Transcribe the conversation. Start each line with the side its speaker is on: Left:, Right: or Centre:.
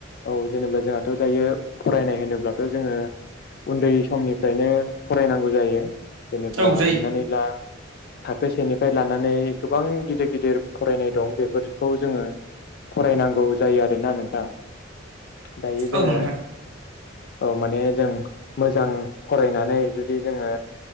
Left: औ जेनेबा जोंहाथ' दायो फरायनाय होनोब्लाथ' जोङो उन्दै समनिफ्रायनो फरायनांगौ जायो जेनेब्ला
Right: औ जायो
Left: हमनानै ला थाखो सेनिफ्राय लानानै गोबां गिदिर गिदिर फरायनाय दं बेफोरखौ जोङो फरायनांगौ जायो आरोना नोंथां। दायो जोङो
Right: औ नोंथां
Left: औ माने जों मोजां फरायनानै जुदि जोङो